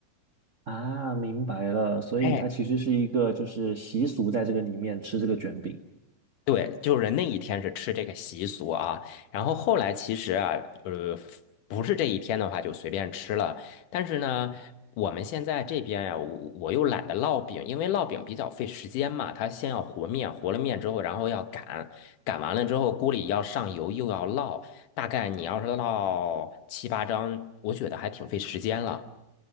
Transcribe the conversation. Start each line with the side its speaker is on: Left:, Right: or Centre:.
Right: 啊，明白了，所以它其实是一个就是习俗，
Left: 哎，
Right: 在这个里面吃这个卷饼。
Left: 对，就是那一天是吃这个习俗啊，然后后来其实啊，呃，不是这一天的话就随便吃了，但是呢，我们现在这边呀、我我又懒得烙饼，因为烙饼比较费时间嘛，它先要和面，和了面之后，然后要擀，擀完了之后锅里要上油，又要烙，大概你要是烙七八张，我觉得还挺费时间了。